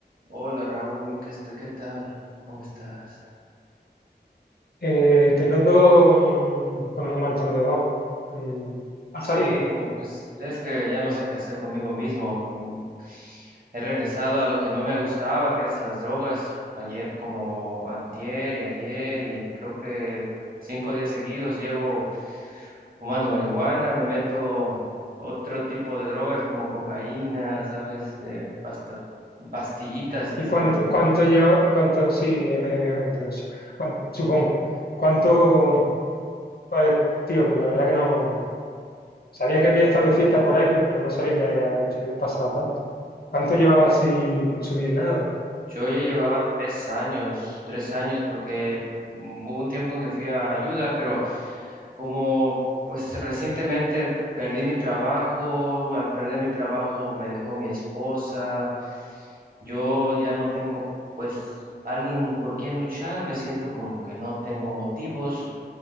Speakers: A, on the right; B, on the left.
A: Hola Raúl, ¿qué, est- qué tal? ¿Cómo estás?
B: Eh, te noto mm, con un mal tono de voz. Mm, ¿Pasa
A: Sí,
B: algo?
A: No, pues es que ya no sé qué hacer conmigo mismo. Mm, He regresado a lo que no me gustaba, que es las drogas. Ayer como antier y ayer y creo que cinco días seguidos llevo fumando marihuana, me meto otro tipo de drogas como cocaína, ¿sabes? Eh, hasta pastillitas que
B: ¿Y
A: se
B: cuánto,
A: llaman.
B: cuánto lleva, cuánto, sí, MDMA y todo eso? Cuán- supongo. ¿Cuánto, pues, tío, pues la verdad que no, sabía que había estado de fiesta por ahí, pero no sabía que te habías pasado tanto. ¿Cuánto llevabas sin consumir nada?
A: Yo ya
B: Para
A: llevaba
B: que,
A: tres años, tres años, porque mm, hubo un tiempo en que fui a ayuda, pero como pues recientemente perdí mi trabajo, al perder mi trabajo me dejó mi esposa, yo ya no tengo pues alguien por quien luchar, me siento como que no tengo motivos